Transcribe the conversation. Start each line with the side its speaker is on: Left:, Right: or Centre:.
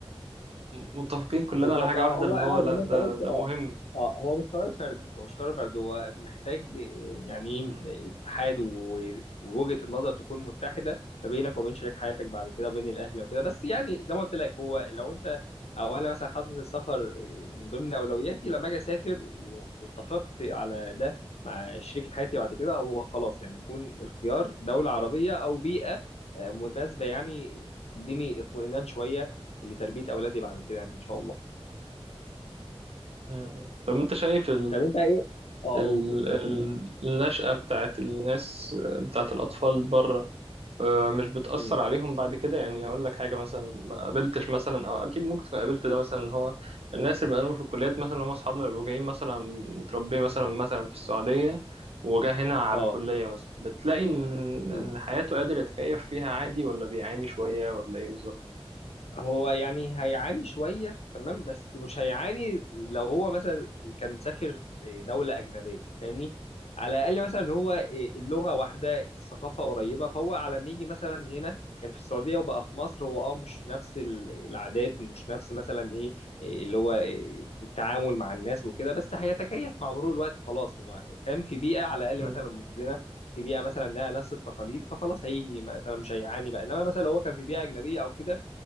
Right: متفقين كلنا
Left: بالظبط
Right: على حاجة
Left: اه
Right: واحدة
Left: هو
Right: اللي
Left: اه
Right: هو لأ
Left: زي ما
Right: ده
Left: انت قلت
Right: ده
Left: اه
Right: مهم
Left: اه هو مش قرار فردي هو مش قرار فردي هو محتاج آه، يعني
Right: مهم.
Left: ايه اتحاد و- ووجهة النظر تكون متحدة ما بينك وبين شريك حياتك بعد كده بين الأهل وكده بس يعني زي ما قلت لك هو لو انت او انا مثلا حاطط السفر آه، من ضمن اولوياتي لما اجي اسافر و- واتفقت على ده مع شريكة حياتي بعد كده هو خلاص يعني يكون الخيار دولة عربية او بيئة آه، مناسبة يعني تديني اطمئنان شوية لتربية اولادي بعد كده يعني ان شاء الله
Right: مهم. طب أنت شايف
Left: طب انت ايه اه
Right: ال-
Left: قول تمام
Right: ال- النشأة بتاعت الناس بتاعت الأطفال بره آه، مش بتأثر
Left: امم
Right: عليهم بعد كده يعني أقول لك حاجة مثلا ما قابلتش مثلا أو أكيد ممكن تكون قابلت ده مثلا إن هو الناس اللي بقالهم في الكليات مثلا هم أصحابنا بيبقوا جايين مثلا متربيين مثلا مثلا في السعودية وجا هنا على
Left: اه
Right: الكلية مثلا بتلاقي إن
Left: مم.
Right: إن حياته قادر يتكيف فيها عادي ولا بيعاني شوية ولا إيه بالظبط؟
Left: هو يعني هيعاني شوية تمام بس مش هيعاني لو هو مثلا كان سافر آه، دولة أجنبية فاهمني على الأقل مثلا هو آه،
Right: مم.
Left: اللغة واحدة الثقافة قريبة فهو على ما يجي مثلا هنا كان في السعودية وبقى في مصر هو اه مش نفس ال- العادات مش نفس مثلا ايه إيه اللي هو إيه التعامل مع الناس وكده بس هيتكيف مع مرور الوقت خلاص هو كان في بيئة على الأقل
Right: مم.
Left: مثلا مسلمة في بيئة مثلا إنها نفس التقاليد فخلاص هيجي مثلا مش هيعاني بقى إنما مثلا لو هو كان في بيئة أجنبية أو كده